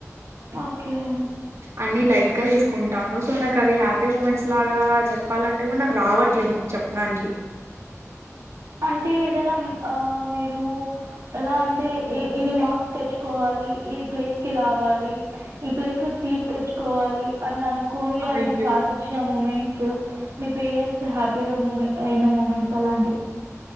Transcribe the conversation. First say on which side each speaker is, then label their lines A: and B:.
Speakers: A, on the right; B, on the right.
A: ఓకే
B: అన్ని లైట్ కే తీసుకుంటాను సో నాకు అవి హ్యాపీ మూమెంట్స్ లాగా చెప్పాలంటే కూడా నాకు రావట్లేదు చెప్పడానికి
A: అంటే ఏదైనా మ్మ్ ఆ మీరు ఎలా అంటే ఎ ఇన్ని మార్క్స్ తెచ్చుకోవాలి ఈ ప్లేస్ కి రావాలి ఈ ప్లేస్ లో సీట్ తెచ్చ్ కోవాలి అన్నను కోని అవి
B: అయ్యో
A: సాధిచ్చిన మూమెంట్ స్ మీ పేరెంట్స్ హ్యాపీగా మూమెంట్ అయిన మూమెంట్స్ అలాంటివి